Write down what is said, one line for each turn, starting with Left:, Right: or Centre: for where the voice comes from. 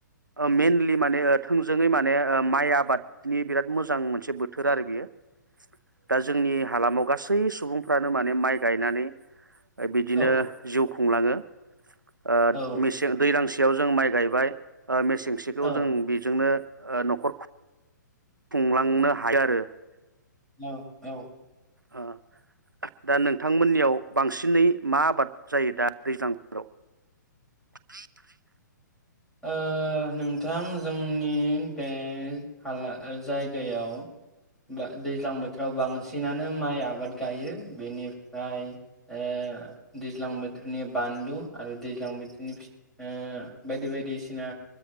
Right: ओ मेनलि माने थोंजोङै माने ओ माइ आबादनि बिराद मोजां मोनसे बोथोर आरो बेयो। दा जोंनि हालामाव गास सै सुबुंफ्रानो माने माइ गायनानै बिदिनो
Centre: औ
Right: जिउ खुंलाङो। ओ
Centre: औ
Right: मेसें दैलांसि याव जों माइ गायबाय ओ मेसें सेखौ
Centre: औ
Right: जों बेजोंनो ओ नखर खु खुंलांनो हायो आरो
Centre: औ औ
Right: अ दा नोंथांमोननियाव बांसिनै मा आबाद जायो दा दैज्लां बोथोराव? <inaudible>
Centre: ओ नोंथां जोंनि बे हाला ओ जायगायाव बा दैज्लां बोथोराव बांसिनानो माइ आबाद गायो बेनिफ्राय ओ दैज्लां बोथोरनि बानलु आरो दैज्लां बोथोरनि फि ओ बायदि बाय दिसिना